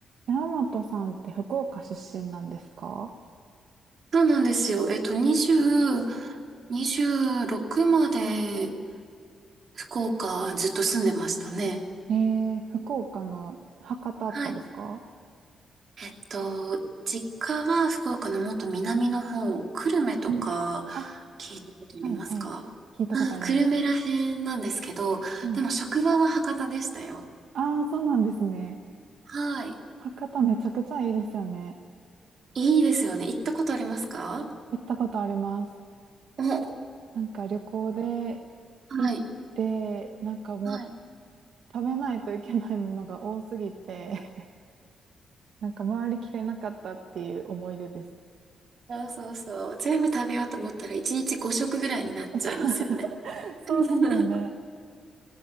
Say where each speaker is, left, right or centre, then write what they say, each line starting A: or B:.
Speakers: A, on the right; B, on the right.
A: 寺本さんって福岡出身なんですか
B: そうなんですよ。えっと、20、26まで福岡ずっと住んでましたね。
A: えー、福岡の博多とかですか
B: はい。えっと、実家は福岡のもっと南の方、久留米とか
A: うんあ、
B: 聞いたことありますかうん久留米ら辺なんですけど、
A: はいはい。聞いたことあります。うん。
B: でも職場は博多でしたよ。
A: ああ、そうなんですね。
B: はい。
A: 博多めちゃくちゃいいですよね。
B: いいですよね。行ったことありますか
A: 行ったことあります。
B: お、は
A: なんか旅行で行って、
B: い。
A: なんかもう
B: はい。
A: 食べないといけないものが多すぎて、<laughs> なんか回りきれなかったっていう思い出です。
B: そうそうそう。全部食べようと思ったら1日5食ぐらいになっちゃいますよね。
A: そう <laughs> そうですよね。
B: <laughs>